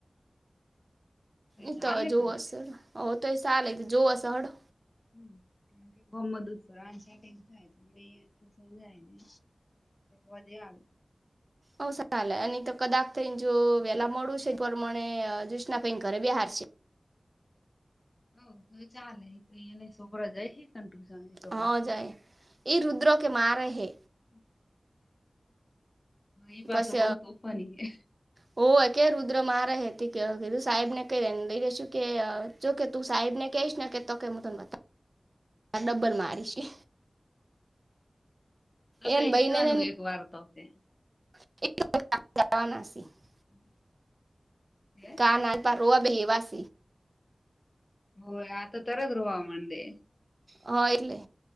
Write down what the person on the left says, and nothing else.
ચાલે
કન
હમ્મ કારણ કે <unintelligible> ચા થાય તો મળે તો સમજાય. વધયા.
હઓ તો ચાલે તો અયાને છોકરા જાય છે ટુશન તો
પાછી
<inaudible> ઈ પાછો
બઉ તોફાની હે
તો
કઈ
દેવાનું
એક વાર તો કે
<inaudible> હે
હોય આ તો તરત જ રોવા મનડે.